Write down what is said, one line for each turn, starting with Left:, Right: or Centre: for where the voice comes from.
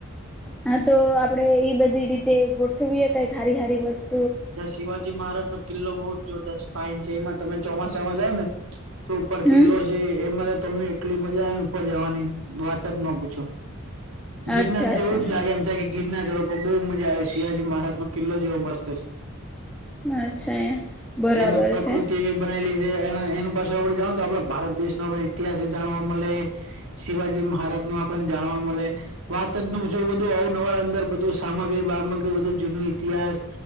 Centre: હા તો આપડે એઈ બધી રીતે ગોઠવીએે કઈક હારી હારી વસ્તુ.
Right: ત્યાં શિવાજી મહારાજ નો કિલ્લો બહુ જ જોરદસ્ત ફાઇન છે એમાં તમે ચોમાસામાં જાય ને તો ઉપર
Centre: હમ
Right: કિલ્લો છે એમાં તો તમને એટલી મજા આવે ને ઉપર જવાની વાત જ ના પૂછો. ગીરનારથ
Centre: અચ્છા
Right: જેવું
Centre: અચ્છા
Right: જ લાગે એમ થાય કે ગીરનારથો ઉપ પર બહુ મજા આવે છે શિંહજી મહારાજનોો કિલ્લો જેવો મસ્ત
Centre: અચ્છા બરાબર
Right: એનું પ્રકૃતિ
Centre: છે
Right: એવી બનાયલી એનું પાછ આપડે જાણ આપડ ભારત દેશ ન ઇતિહાસ જાણવા મળે શિવાજી મહારાજ પણ જાણવા મળે વાત નુંવ બધું આવું નવાર અંદર બધું સામગ્રી સામગ્રી બધું જૂનું ઇતિહાસ